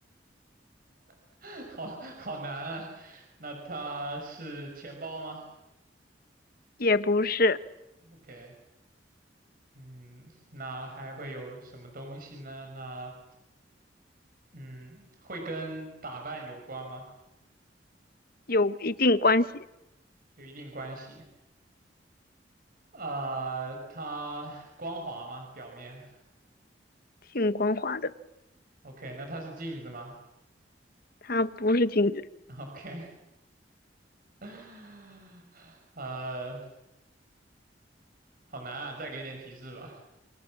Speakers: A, on the right; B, on the left.
A: <laughs> 好好难啊。那他是钱包吗
B: 也不是
A: ？OK，嗯，那还会有什么东西呢？那，嗯，会跟打扮有关吗？
B: 有一定关系，
A: 有一定关系。啊、它光滑吗？表面
B: 挺光滑的，
A: ？OK，那它是镜子吗
B: 它不是镜子。
A: ？OK，<laughs> 呃，好难啊，再给点提示吧。